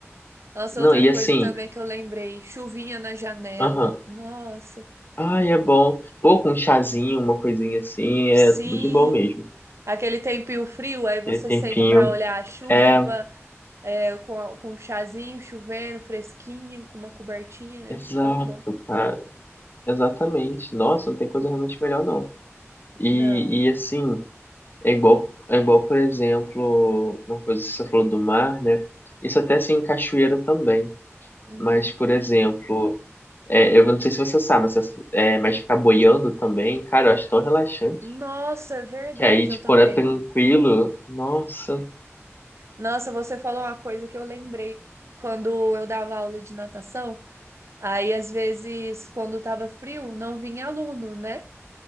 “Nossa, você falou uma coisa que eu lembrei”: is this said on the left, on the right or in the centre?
Right